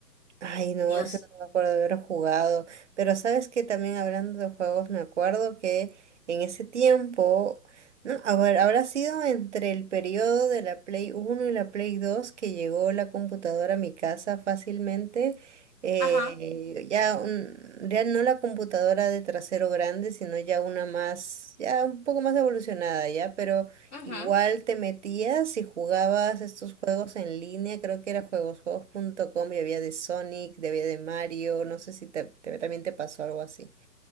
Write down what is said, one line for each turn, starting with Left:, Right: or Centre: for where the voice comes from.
Right: Ay, no,
Left: Dios.
Right: ese no me acuerdo de haber jugado. Pero sabes que también hablando de juegos, me acuerdo que en ese tiempo, no, a ver, habrá sido entre el periodo de la Play Uno y la Play Dos que llegó la computadora a mi casa fácilmente. eh,
Left: Ajá.
Right: ya, un- ya no la computadora de trasero grande, sino ya una más, ya un poco más evolucionada, ya, pero
Left: ujú.
Right: Igual te metías y jugabas estos juegos en línea, creo que era juegos juegos juegosjuegos.com y había de Sonic, de- había de Mario, no sé si te, te- también te pasó algo así.